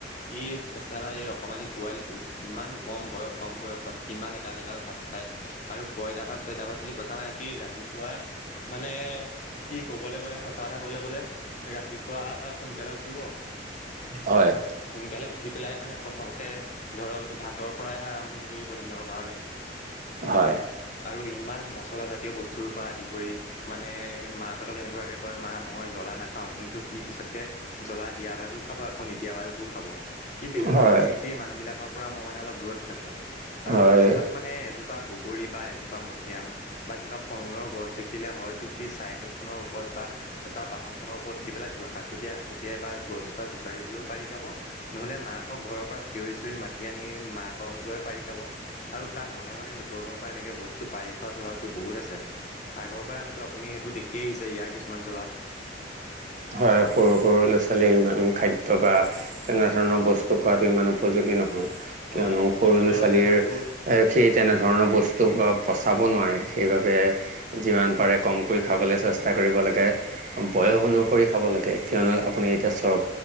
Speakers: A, on the left (about 40°); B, on the right (about 45°).
A: ইচ চালা এগ অকণমানি- <unintelligible> পোৱালিটো ইমান কম বয়স কম বয়সত ইমান এগাল এগাল ভাত খায় আৰু- পইটা ভাত ছয়টা ভাত বুলি কথা নাই কি ৰাতিপুৱা মানে- কি ক'বলৈ গ'লে সঁচা কথা কবলৈ গ'লে ৰাতিপুৱা সোনকালে উঠিব-
B: হয়
A: সোনকালে উঠি- উঠি পেলাই মানে প্ৰথমতে ধৰক ভাতৰ পৰাইহে আৰম্ভণি কৰিব দিনৰ কাৰণে-
B: হয়
A: আৰু ইমান মচলা জাতীয় বস্তুৰ পৰা আদি কৰি মানে- মাহঁতক এনেকুৱাকে কয় মা মই জ্বলা নাখাওঁ- <unintelligible> কিন্তু সি পিছতকে জ্বলা দিয়া ভাগো খাব আকৌ নিদিয়া ভাগো খাব- সি তেনেকুৱা
B: হয়
A: প্ৰকৃতিৰ মানুহ বিলাকৰ পৰা মই মানে অলপ দূৰত থাকোঁ - আৰু
B: হয়
A: ৰাস্তাত মানে এজোপা বগৰী বা এজোপা মধুৰিয়াম বা কিবা ফল মূলৰ গছ দেখিলে হয়- টো সি চাই- ওপৰত বা তাৰ বাহন খনৰ ওপৰত উ পেলাই ধ শাকুটিয়াই শাকুটিয়াই বা গছজোপা জোকাৰি হ'লেও পাৰি খাব- <unintelligible> নহলে মাকক ঘৰৰ পৰা চিঞৰি চিঞৰি মাতি আনি মাক- হতুৱাই পাৰি খাব আৰু তাৰ মনে মনে লোকৰ ঘৰৰ পৰা এনেকে বস্তু পাৰি খোৱাৰ স্বভাৱতো বহুত আছে- আগৰ পৰা হয়তো আপুনি সেইটো দেখিয়ে আহিছে ইয়াৰ কিছুমান স্বভাৱ-
B: হয় সৰু সৰু ল'ৰা ছোৱালীয়ে ইমান খাদ্য বা তেনে ধৰণৰ বস্তু খোৱাতটো ইমান উপযোগী নহয়- কিয়নো
A: হয় ভৱিষ্যতৰ
B: সৰু ল'ৰা ছোৱালীৰ
A: বাবে হয়তো
B: এ সেই তেনেধৰণৰ বস্তু বা- পচাব নোৱাৰি সেইবাবে যিমান পাৰে কমকৈ খাবলৈ চেষ্টা কৰিব লাগে- বয়স অনুসৰি খাব লাগে- তে কিয়নো আপুনি চক